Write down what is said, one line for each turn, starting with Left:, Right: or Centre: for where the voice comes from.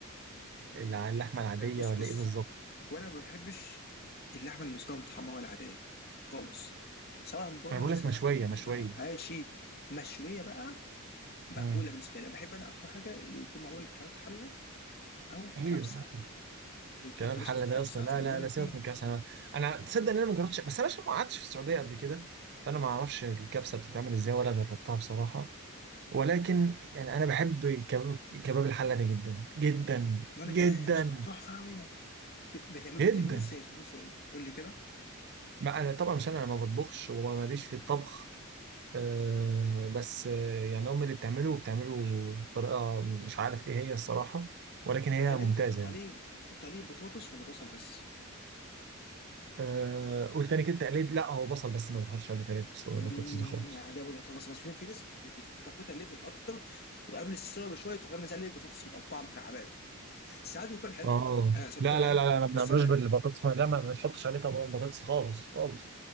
Left: أوه.
Right: الع- اللحمة العادية
Left: حلو، بص
Right: ولا
Left: بص
Right: ايه بالظبط؟
Left: وانا ما بحبش اللحمه المسلوقه المتحمره العاديه خالص سواء ضاني
Right: انا بقول لك
Left: سواء
Right: مشوية مشوية
Left: حاشي مشويه بقى مقبوله
Right: امم
Left: بالنسبه لي أنا بحب انا اكتر حاجه اللي يكون معمول كباب حله او
Right: ايوه
Left: كبسه اللي يتحط
Right: كلام
Left: يا
Right: حل
Left: باشا في الكبسه
Right: ده يا اسطى لا
Left: في المندي
Right: لا لا سيبك من كاس على انا تصدق ان انا ما جربتش بس انا عشان ما قعدتش في السعوديه قبل كده فانا ما اعرفش الكبسه بتتعمل ازاي ولا جربتها بصراحه ولكن يعني انا بحب كب- كباب الحله ده جدا جدا
Left: وانا
Right: جدا
Left: كمان يا اسطى تحفه قوي بتعمل
Right: جدا
Left: بتعملوه ازاي بتعملوه ازاي قول لي كده
Right: ما انا طبعا مش انا أنا ما بطبخش وماليش في الطبخ أه بس آه، يعني امي اللي بتعمله وبتعمله بطريقه مش عارف ايه هي الصراحه ولكن هي
Left: طب هل
Right: ممتازه
Left: انتوا بتحطوا
Right: يعني
Left: عليه بتحطوا عليه بطاطس ولا بصل بس
Right: أه قول تاني كده تقليد لا هو بصل بس ما بنحطش عليه تقليد بصل-
Left: امم
Right: بطاطس دي خالص
Left: يعني ده برضه بتحطوا بصل بس في في ناس بت- بت- بتاخدها ليفل اكتر وقبل السوا بشويه تروح منزل عليه بطاطس متقطعه مكعبات ساعات بيكون حلو
Right: اه
Left: آه ساعات
Right: لا
Left: بيكون حلو
Right: لا لا لا ما بنعملوش
Left: بس انا
Right: بالبطاطس لا ما بتحطش عليه طبعا بطاطس خالص خالص